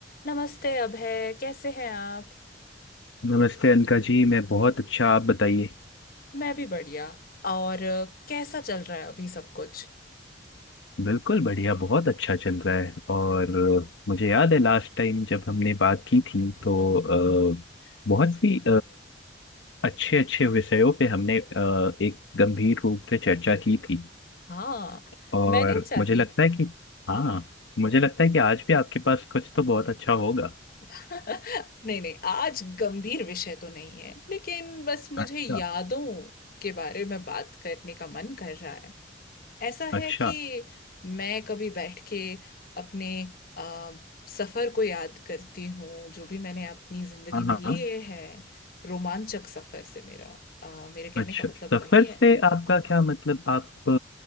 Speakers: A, on the left (about 50°); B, on the left (about 80°).
A: नमस्ते अभय कैसे हैं आप
B: नमस्ते अनका जी मैं बहुत अच्छा आप बताइए
A: मैं भी बढ़िया और अ, कैसा चल रहा है अभी सब कुछ
B: बिल्कुल बढ़िया बहुत अच्छा चल रहा है और अ, मुझे याद है लास्ट टाइम जब हमने बात की थी तो
A: हम्म,
B: अ, बहुत सी अच्छे अच्छे विषयों पे हमने अ, एक गंभीर रूप से चर्चा की थी
A: हाँ
B: और
A: मैं नहीं चाहती
B: मुझे लगता
A: थी
B: है कि
A: हाँ
B: हाँ मुझे लगता है कि आज भी आपके पास कुछ तो बहुत अच्छा होगा
A: <laughs> नहीं नहीं आज गंभीर विषय तो नहीं है लेकिन बस मुझे
B: अच्छा
A: यादों के बारे में बात करने का मन कर रहा है ऐसा
B: अच्छा
A: है कि मैं कभी बैठ के अपने आ, सफर को याद करती हूँ जो भी मैंने अपनी जिंदगी
B: हाँ हाँ
A: में लिए हैं रोमांचक सफर से मेरा अ, मेरे कहने
B: अच्छा
A: का मतलब
B: सफर
A: वही है
B: से आपका क्या मतलब आप अ,